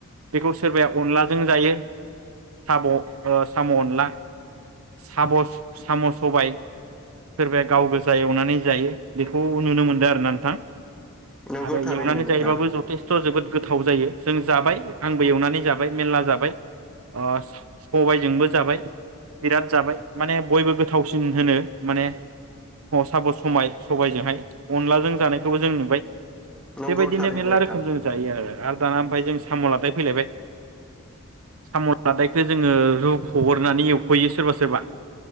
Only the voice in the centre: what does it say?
नंगौ
थारैनो
नोंथां
नंगौ
थारैनो
नोंथां